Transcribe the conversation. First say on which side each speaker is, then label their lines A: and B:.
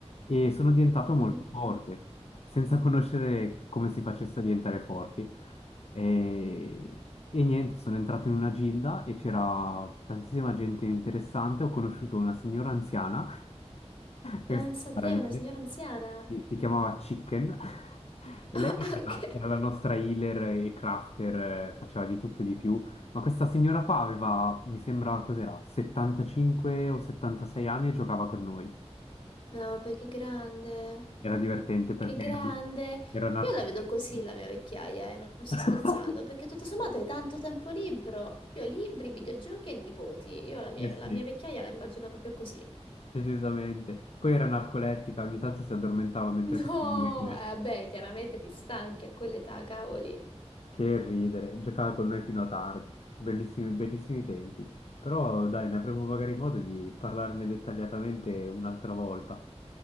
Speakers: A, on the left; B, on the left.
A: E sono diventato
B: Mhm.
A: molto forte, senza <laughs> conoscere come si facesse a diventare forti. E, e niente, sono entrato in una gilda e c'era tantissima gente interessante, ho conosciuto una signora anziana questa
B: Pensa
A: è
B: a
A: una
B: te,
A: meraviglia.
B: una signora anziana.
A: Sì,
B: <laughs>
A: Si chiamava Chicken <laughs> e
B: Ah,
A: lei era,
B: ok.
A: era la nostra healer e crafter, eh, faceva di tutto e di più, ma questa signora qua aveva, mi sembra, cos'era, 75 o 76 anni e giocava con noi.
B: No, vabbè, che grande.
A: Era divertente perché
B: Che grande!
A: era,
B: Io
A: era narcolettica.
B: la vedo così la mia vecchiaia, e non non sto
A: <laughs>
B: scherzando, perché tutto sommato hai tanto tempo libero. Io libri, videogiochi e nipoti. Io la mia,
A: Eh sì,
B: la mia vecchiaia la immagino proprio così. <laughs>
A: decisamente. Poi era narcolettica, ogni tanto si addormentava mentre
B: No,
A: facevamo le quest.
B: eh, vabbè, chiaramente ti stanchi a quell'età, cavoli.
A: Che ridere, giocava con noi fino a tardi, bellissimi, bellissimi tempi. Però dai, ne avremo magari modo di parlarne dettagliatamente un'altra volta.